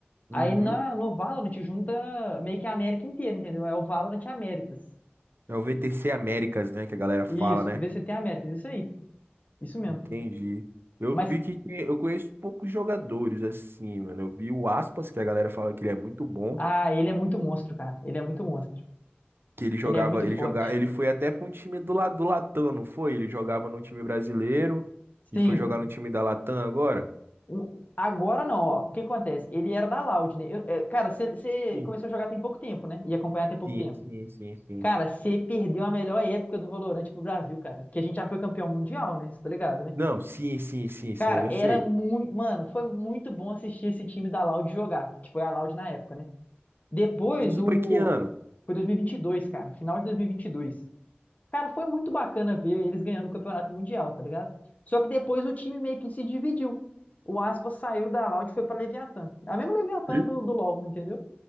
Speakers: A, on the right; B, on the left.
A: Uhum.
B: Aí na, no Valorant junta meio que a América inteira, entendeu? É o Valorant Américas.
A: É o VTC Américas, né? Que a galera fala,
B: Isso,
A: né?
B: VCT Américas, isso aí. Isso mesmo.
A: Entendi. Eu
B: Mas,
A: vi que tem- eu conheço poucos jogadores assim, mano. Eu vi o Aspas, que a galera fala que ele é muito bom.
B: ah, ele é muito monstro, cara. Ele é muito monstro.
A: Que ele jogava,
B: Ele é muito
A: ele
B: forte.
A: jogava, ele foi até pra um time do lado do Latam, não foi? Ele jogava no time brasileiro e
B: Sim,
A: foi jogar no time da Latam agora?
B: o- agora não, ó. O que acontece? Ele era da Loud, né? Eu- é, cara, você
A: Sim,
B: começou a jogar tem pouco tempo, né? E acompanhar tem pouco
A: sim,
B: tempo.
A: sim, sim. sim.
B: Cara, você perdeu a melhor época do Valorante pro Brasil, cara. Porque a gente já foi campeão mundial, né? Você tá ligado, né?
A: Não, sim, sim, sim, isso
B: Cara,
A: aí eu
B: era
A: sei.
B: muito. Mano, foi muito bom assistir esse time da Loud jogar, que foi a Loud na época, né? Depois,
A: Isso
B: o.
A: foi que ano?
B: Foi dois mil e e vinte e dois, cara. Final de dois mil e e vinte e dois. Cara, foi muito bacana ver eles ganhando o campeonato mundial, tá ligado? Só que depois o time meio que se dividiu. O Aspas saiu da Loud e foi pra Leviatã. A mesma Leviatã
A: Sim,
B: do, do LoL, entendeu?